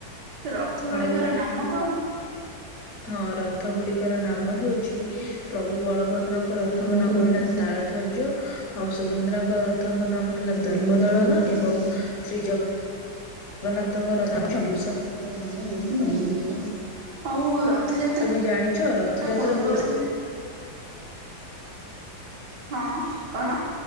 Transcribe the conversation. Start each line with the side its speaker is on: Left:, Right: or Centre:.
Right: ସେ ରଥ ଗୁଡିକ
Left: ଆଉ
Right: ର ନାମ କଣ?
Left: ହଁ ରଥ ଗୁଡ଼ିକର ନାମ ହେଉଛି
Right: ହଉଛି
Left: ପ୍ରଭୁ ବଳଭଦ୍ରଙ୍କ
Right: ପ୍ରଭୁ ବଳଭଦ୍ରଙ୍କ
Left: ରଥଙ୍କ ନାମ
Right: ରଥ
Left: ହେଲା ତାଳ ଧ୍ୱର୍ଯ୍ୟ। ଆଉ ସୁଭଦ୍ରାଙ୍କ ରଥଙ୍କ ନାମ ହେଲା
Right: ଆଉ
Left: ଦର୍ପ
Right: ସୁଭଦ୍ରାଙ୍କ
Left: ଦଳନ
Right: ରଥଙ୍କ
Left: ଏବଂ
Right: ନାମ
Left: ଶ୍ରୀ ଜ ଗନ୍ନାଥଙ୍କ ରଥ ଚଣ୍ଡିଘୋଷ
Right: ରଥର ନାମ ହେଉଛି ନନ୍ଦିଘୋଷ ଆଉ ର ଥଯାତ୍ରା
Left: ତୁମେ ଜାଣିଛ ରଥଯାତ୍ରା
Right: ପୂର୍ବରୁ
Left: ପୂର୍ବ
Right: ହଁ କଣ?